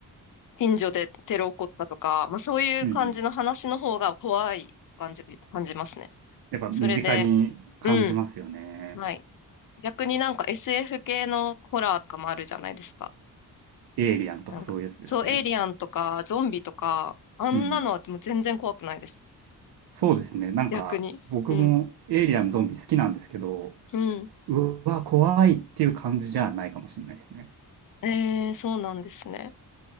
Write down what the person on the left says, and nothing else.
近所でテロ起こったとか、まあそういう感じの話の方が怖い感じ、
感じますね。
それで、うん、はい。逆になんか SF 系のホラーとかもあるじゃないですか。
なんかそう、エイリアンとか、ゾンビとか、あんなのはもう全然怖くないです。
逆に。うん。うん。
えー、そうなんですね。